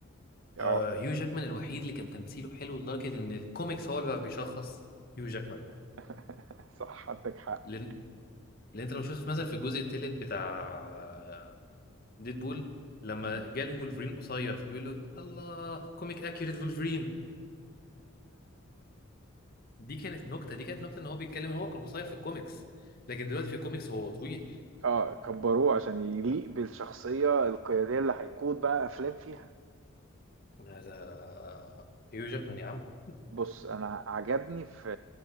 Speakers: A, on the right (about 70°); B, on the left (about 45°).
A: اه
B: آه هيو جاكمان الوحيد اللي كان تمثيله حلو لدرجة إن الكوميكس هو اللي بقى بيشخص هيو جاكمان
A: <laughs> صح عندك حق
B: لأن لأن أنت لو شفت في- مثلا في الجزء التالت بتاع ديدبول
A: <laughs>
B: لما
A: مم.
B: جاله وولفرين قصير فبيقول له الله كوميك أكيوريت وولفرين دي كانت نكتة دي كانت نكتة إن هو بيتكلم إن هو كان قصير في الكوميكس لكن دلوقتي في الكوميكس هو طويل
A: اه كبروه عشان يليق بالشخصيه القياديه اللي هيقود بقى افلام فيها
B: هذا هيو جاكمان يا عم
A: بص انا عجبني في